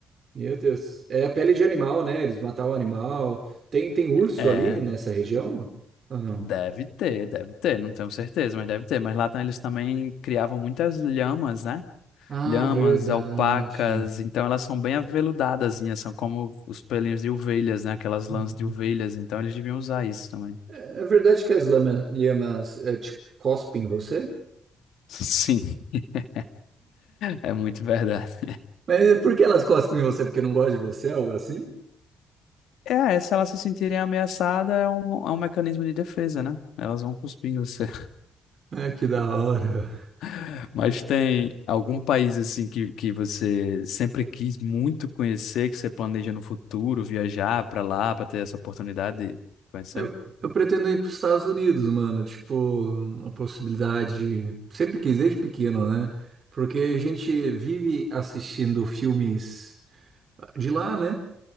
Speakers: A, on the right; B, on the left.
A: Meu Deus. É a pele de animal, né? Eles matavam animal. Tem, tem urso
B: É,
A: ali nessa região? Ou não?
B: deve ter, deve ter, não tenho certeza, mas deve ter. Mas lá tá- eles também criavam muitas lhamas, né?
A: Ah,
B: Lhamas,
A: verdade.
B: alpacas, então elas são bem aveludadas, são como os pelinhos de ovelhas, né? Aquelas
A: Uhum.
B: lãs de ovelhas, então eles deviam usar isso também.
A: É é verdade que as lama- lhamas eh, te cospem em você?
B: <laughs> Sim, <laughs> é muito verdade.
A: Mas por que elas cospem em você? Porque não gostam de você, algo assim?
B: É, se elas se sentirem ameaçadas, é um, é um mecanismo de defesa, né? Elas vão cuspir em você.
A: É, que da hora.
B: <laughs> Mas tem algum país, assim, que, que você sempre quis muito conhecer, que você planeja no futuro viajar para lá, para ter essa oportunidade de conhecer?
A: Eu, eu pretendo ir para os Estados Unidos, mano. Tipo, uma possibilidade. Sempre quis, desde pequeno, né? Porque a gente vive assistindo filmes de lá, né?